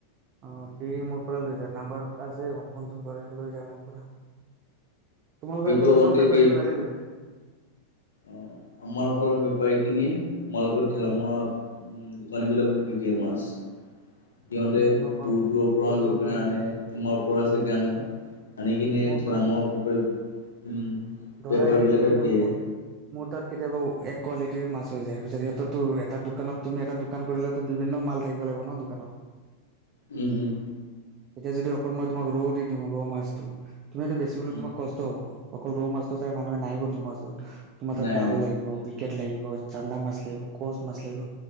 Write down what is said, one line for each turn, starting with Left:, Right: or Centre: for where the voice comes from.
Right: অ সি মোৰ পৰা লৈ যায় নাম্বাৰ আছে ফোন চোন কৰে লৈ যায় মোৰ পৰা তোমালোকৰ
Left: সেইটো
Right: এইফালে
Left: আগতে
Right: চব বেপাৰি
Left: কি
Right: বিলাকে লৈ যায়
Left: অ আমাৰ ফালৰ বেপাৰীখিনিয়ে তোমালোকৰ ঠেলামৰা উম দোকানী বিলাকক দি দিয়ে মাছ, সিহতে
Right: উম গম পাওঁ
Left: দূৰ
Right: ক
Left: দূৰৰ পৰা
Right: ক'ত
Left: গৈ
Right: দুৰন্তক
Left: পিনে
Right: দি
Left: আনে
Right: দিয়ে
Left: তোমাৰ পৰা চাগে আনে, আনি কিনে
Right: মোৰ
Left: থেলামৰা
Right: পৰা
Left: পুখুৰীত উম
Right: ধৰা
Left: বেপাৰ
Right: এতিয়া
Left: বিলাকক
Right: কি হৈ গ'ল
Left: দিয়ে
Right: মোৰ মোৰ তাত কেতিয়াবা এক কোৱালিটিৰ মাছ হৈ যায় পিছত সিহঁতো এটা দোকানত তুমি এটা দোকান কৰিলেতো বিভিন্ন মাল থাকিব লাগিব ন দোকানত
Left: উম - উম।
Right: এতিয়া যদি অকল মই তোমাক ৰৌ দি দিও ৰৌ মাছটো তুমিটো বেচিবলৈ
Left: উম,
Right: তোমাক ক ষ্ট হ'ব অকল ৰৌ মাছটো চাই মানুহে নাহিব তোমাৰ ওচৰত তোমাৰ
Left: নাই
Right: তাত বাহু
Left: নাই,
Right: লাগিব কেট লাগিব, চানদা মাছ লাগিব, কচ মাছ লাগিব